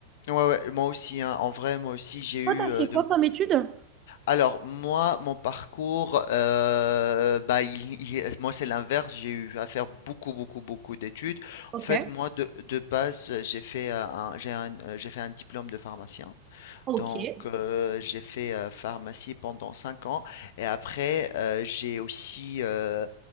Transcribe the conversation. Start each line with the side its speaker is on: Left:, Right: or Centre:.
Left: ouais, ouais, moi aussi, hein, en vrai, moi aussi, j'ai
Right: Toi,
Left: eu
Right: t'as
Left: euh,
Right: fait quoi
Left: de
Right: comme étude?
Left: Alors, moi, mon parcours, euh, bah, il- il- moi, c'est l'inverse. J'ai eu à faire beaucoup, beaucoup, beaucoup d'études.
Right: Ok.
Left: En fait, moi, de, de base, j'ai fait euh, un, j'ai un- euh, j'ai fait un diplôme de pharmacien.
Right: Ok.
Left: Donc, euh, j'ai fait euh, pharmacie pendant cinq ans et après, euh, j'ai aussi euh,